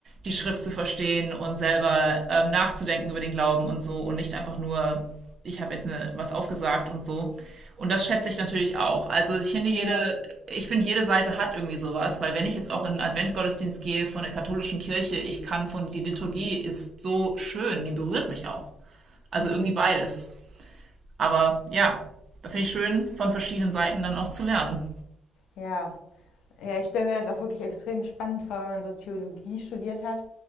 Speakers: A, on the right; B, on the left.
A: die Schrift zu verstehen und selber ähm, nachzudenken über den Glauben und so und nicht einfach nur ich habe jetzt eine, was aufgesagt und so. Und das schätze ich natürlich auch. Also ich finde jede,
B: Ja,
A: ich finde jede Seite hat irgendwie sowas, weil wenn ich jetzt auch in einen Adventgottesdienst gehe von der katholischen Kirche, ich kann von die Liturgie ist so schön, die berührt mich auch. Also
B: mhm.
A: irgendwie beides. Aber ja, da finde ich schön, von verschiedenen Seiten dann auch zu lernen.
B: ja. Ja, ich stelle mir das auch wirklich extrem spannend vor, wenn man so Theologie studiert hat